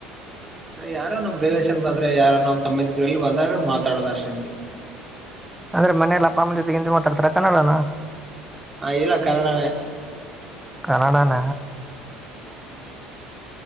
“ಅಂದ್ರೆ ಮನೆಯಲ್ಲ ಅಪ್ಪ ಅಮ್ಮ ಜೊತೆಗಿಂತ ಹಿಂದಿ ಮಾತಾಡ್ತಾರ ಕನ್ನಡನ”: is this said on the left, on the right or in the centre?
Centre